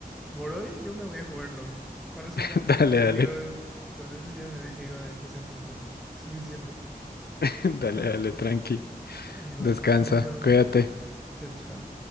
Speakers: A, in the centre; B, on the left.
A: por hoy yo me voy a jugar LOL. Con eso
B: <laughs>
A: ya me
B: dale,
A: desligo
B: dale,
A: de, con eso ya me desligo de este sentimiento. Suficiente. <laughs>
B: <laughs> dale, dale, tranqui.
A: Igual,
B: Descansa,
A: <laughs> nos vemos.
B: cuídate.
A: Chao, chao.